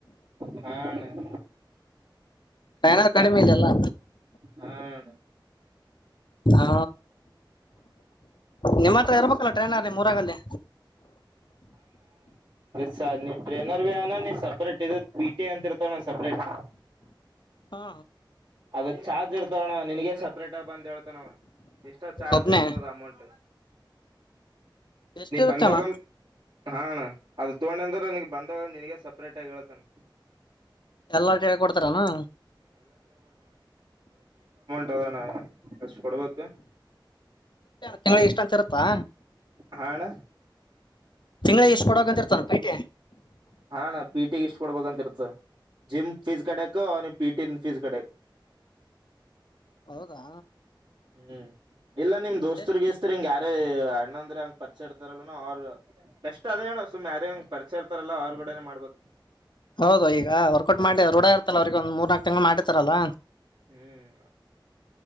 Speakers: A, on the right; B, on the left.
A: ಹ ಹ ಅಣ.
B: ಟ್ರೖನರ್ ಕಡಿಮೆ ಇದೆಲ್ಲ.
A: ಹಾ ಅಣ.
B: ಹಾ ನಿಮ್ಮತ್ರ ಇರ್ಬೇಕಲ್ಲ ಟ್ರೈನರ್ ನಿಮ್ಮೂರಾಗಲ್ಲಿ.
A: ಸ ನೀ ಟ್ರೈನ್ ನರ್ವೇಯಾನ ನೀ ಸಪರೇಟ್ ಇರುತ್ ಬಿ ಕೆ ಅಂತಿರ್ತಣ ಸಪ್ರೇಟ್.
B: ಹಾ
A: ಅದಕ್ಕೆ ಚಾರ್ಜ್ ಇರ್ತೋವಣ್ಣ ನಿನಗೆ ಸಪ್ ಪ್ರೇಟಾಗ್ ಬಂದ್ ಹೇಳ್ತನವ ಎಷ್ಟೊ ಚಾರ್ಜ್
B: ಒಬ್ನೇ
A: ಇರ್ತದಮೌಂಟು.
B: ಎಷ್ಟಿರುತ್ತನ?
A: ಬಂದಾಗಮ್ ಹಾ ಅಣ ಅದು ತಗೊಂಡ ಅಂದ್ರೆ ನೀನ್ಗ್ ಬಂದಾಗ ನಿನಗ ಸಪ್ರೇಟ್ ಆಗಿ ಹೇಳತನ್.
B: ಎಲ್ಲಾಟ ಹೇಳ್ಕೊಡ್ತಾರಾನ?
A: ತಗೋಣ ಅಷ್ಟು ಕೊಡ್ಬೇಕು.
B: ತಿಂಗಳಿಗೆ ಇಷ್ಟಂತ ಇರುತ್ತಾ?
A: ಹಾ ಣ.
B: ತಿಂಗ್ಳೆ ಇಷ್ಟು ಕೊಡೋಗಂತಿರ್ತಾನ ಪಿ ಟಿ.
A: ಹಾ ಣ ಪಿ ಟಿಗಿಷ್ಟ್ ಕೊಡ್ಬೇಕಂತ ಇರ್ತ ಜಿಮ್ ಫೀಸ್ ಕಡೆಕು ಅವನ್ಗ್ ಪಿ ಟಿನ್ ಫೀಸ್ ಕಡೆಕ್
B: ಹೌದಾ?
A: ಹ್ಮ್ ಇಲ್ಲ ನಿಮ್ ದೋಸ್ತ್ರು
B: ಎಷ್ಟ?
A: ಗೀಸ್ತ್ರು ಹಿಂಗ ಯಾರೆ ಅಣ್ಣಂದ್ರ ಹಂಗ್ ಪರಿಚಯ ಇರ್ತಾರಲ್ಲ ಅವ್ರು ಬೆಸ್ಟ್ ಅದೇಣ ಸುಮ್ ಯಾರ ಹಂಗ್ ಪರಿಚಯ ಇರ್ತಾರಲ್ಲಾ ಅವ್ರಗೂಡನೆ ಮಾಡ್ಬಬೇಕ್.
B: ಹೌದು ಈಗ ವರ್ಕೌಟ್ ಮಾಡಿ ರೋಡಿ ತ್ತಲ ಅವ್ರಿಗೆ ಒಂದು ಮೂರ್ನಾಕು ತಿಂಗಳು ಮಾಡಿರ್ತಾರಲ್ಲ
A: ಹ್ಮ್